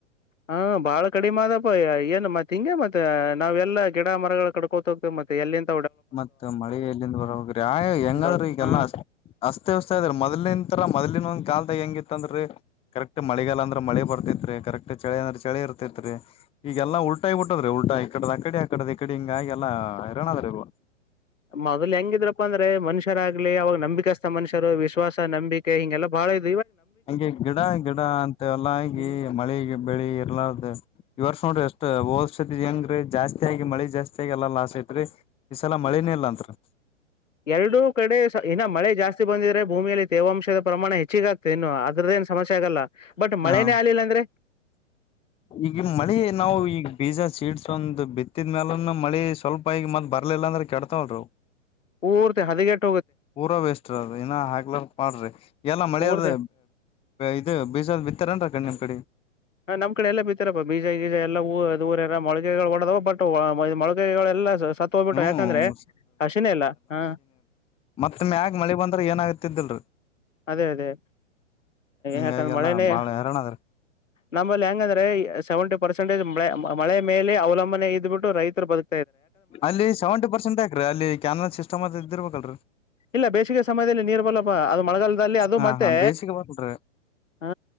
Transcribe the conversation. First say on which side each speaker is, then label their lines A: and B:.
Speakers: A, on the left; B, on the left.
A: ಹಾ ಬಾಳ ಕಡಿಮೆ ಆದಪ್ಪ ಏನ್ ಮತ್ತ ಹಿಂಗೆ ಮತ್ತೆ ನಾವ್ ಎಲ್ಲ ಗಿಡ ಮರಗಳ ಕಡ್ಕೋತ ಹೋಗ್ತವೆ ಮತ್ತೆ ಎಲ್ಲಿಂದ
B: ಮತ್ತ ಮಳೆ ಎಲ್ಲಿಂದ ಬರ ಬೇಕ್ರಿ ಆಯ ಹೆಂಗಾದ್ರೀ
A: ಬ
B: ಈಗೆಲ್ಲಾ
A: ಹ
B: ಅಷ್ಟ ಹಚ್ತೇವ್ ಸಾರ್ ಮಾಡ್ಲಿಂಡ್ರ ತರ ಮೊದಲಿನ ಒಂದು ಕಾಲ್ ತೆಗೆಯಂಗಿಲ್ಲ ಇತ್ತಂದರಿ ಕರೆಕ್ಟ್ ಮಳಿಗಾಲ ಅಂದ್ರ ಮಳೆ ಬರ್ತೇತ್ರಿ ಕರೆಕ್ಟ್ ಚಳಿ ಅಂದ್ರೆ ಚಳಿ ಇರ್ತೈತ್ರಿ ಈಗೆಲ್ಲಾ ಉಲ್ಟಾ ಆಗಿ ಬಿಟ್ಟದರಿ ಉಲ್ಟಾ ಈಕಡದ ಆಕಡೆ ಆಕಡೆದ ಈ ಕಡೆ ಹಿಂಗಾಗಿೆ ಎಲ್ಲ ಹೈರಾಣದ ರಿ
A: ಮೊದ್ಲ್ ಹೆಂಗಿದ್ರಪ್ಪ ಅಂದ್ರೆ ಮನುಷ್ಯರಾಗಗ್ಲಿ ಅವಾಗ ನಂಬಿಕಸ್ತ ಮನುಷ್ಯರು ವಿಶ್ವಾಸ ನಂಬಿ ಕೆ ಹಿಂಗೆಲಾ ಬಾಳ್ ಇತ್ತ
B: ಹಂಗೆ ಗಿಡ ಗಿಡ ಅಂತವಲ್ಲಾ ಹಂಗಿ
A: ಹ್ಮ್
B: ಮಳೆ ಬೆಳಿ ಇರ್ಲಾರ್ದ ಈ ವರ್ಷ ನೋಡ್ರಿ ಎಷ್ಟ್ ಹೋದಾಸತಿ ಹೆಂಗ್ರೀ ಜಾಸ್ತಿ ಆಗಿ ಮಳಿ ಜಾಸ್ತಿ ಆಗಿ ಎಲ್ಲ ಲಾಸ್ ಐತ್ರಿ ಈ ಸಲ ಮಳಿ ನೆ ಇಲಂತ್ರಿ
A: ಎರಡುೂ ಕಡೆ ಇನ್ನ ಮಳೆ ಜಾಸ್ತಿ ಬಂದಿದ್ರೆ ಭೂಮಿಯಲ್ಲಿ ತೇವಾಂಶದ ಪ್ರಮಾಣ ಹೆಚ್ಚಿಗತದ ಏನು ಅದರದೇನು ಸಮಸ್ಯ ಆಗಲ್ಲ ಬಟ್ ಮಳೆನೇ
B: ಹ
A: ಆಗಲಿಲ್ಲ ಅಂದ್ರೆ
B: ಈಗ ಮಳೆ ನಾವು ಈಗ ಬೀಜ ಸೀಡ್ಸ್ ಒಂದು ಬಿ ತಿದ ಮ್ಯಾಲ ಮಳಿ ಸ್ವಲ್ಪ ಈಗ ಮತ್ತ ಬರ್ಲಿಲ್ಲ ಅಂದ್ರೆ ಕೆಡ್ತಾವ್ರಿ ಅವ
A: ಪೂರ್ತಿ ಹದಗೆಟ್ಟಿ
B: ಪೂರಾ ವೇಸ್ಟರಿ ಅದ ಇನ್ನ ಹಾಕ್ಲಾರ ಪಾಡ್ರಿ ಎಲ್ಲಾ ಮಳಿಯದ
A: ಪೂರ್ತಿ
B: ಇದು ಬೀಜಾ ಬಿತ್ಯಾರ ಏನ್ರಿ ಆ ಕಡಿ ನಿಮ್ ಕಡಿ
A: ಹ ನಮ್ ಕಡೆ ಎಲ್ಲ ಬಿತ್ತಾರಪ್ಪ ಬೀಜ ಗೀಜ ಎಲ್ಲ ಊ ಅದ ಊರೆಲ್ಲ ಮೊಳಿಗೆಗಳು ಓಡಿದವು ಬಟ್ ಮೊಳಗೈಗಳೆಲ್ಲಾ ಸತ್ ಹೋಗ್ಬಿಟ್ಟು
B: ಹ್ಮ್
A: ಯಾಕಂದ್ರೆ ಹಸಿನೇ ಇಲ್ಲ ಹಾ
B: ಮತ್ತ ಮ್ಯಾಗ ಮಳಿ ಬಂದ್ರ ಏನ ಆಾಗತಿದ್ದಿಲ್ರರಿ
A: ಅದೇ ಅದೇ
B: ಹಿಂಗಾಗೆಲ್ಲಾ
A: ಯಾಕಂದ್ರೆ ಮಳೆನೇ
B: ಬಾಳ ಹೈರಾಣ ಅದ್ರಿ
A: ನಮ್ಮಲ್ಲಿ ಹೆಂಗಂದ್ರೆ ಸೆವೆಂಟಿ ಪರ್ಸೆಂಟೇಜ್ ಮಳೆ ಮಳೆ ಮೇಲೆ ಅವಲಂಬನೆ ಇದ್ಬಿಟ್ಟು ರೈತರ ಬದು
B: ಅಲ್ಲಿ ಸೆವೆಂಟಿ ಪರ್ಸೆಂಟ್ಾಕ್ರೀ ಅಲ್ಲಿ ಕ್ಯಾನರಲ್ ಸಿಸ್ಟಮ್ ಅದ ಇದ್ದಿರ್ಬೇಕಲ್ರರಿ
A: ಇಲ್ಲ ಬೇಸಿಗೆ ಸಮಯದಲ್ಲಿ ನೀರ್ ಬಲ್ಲಪ್ಪ ಅದು ಮಳಗಾಲ ಅದು
B: ಹಾ
A: ಮತ್ತೆ
B: ಹಾ ಬೇಸಿಗೆ ಬರಲ್ರಿ
A: ಹ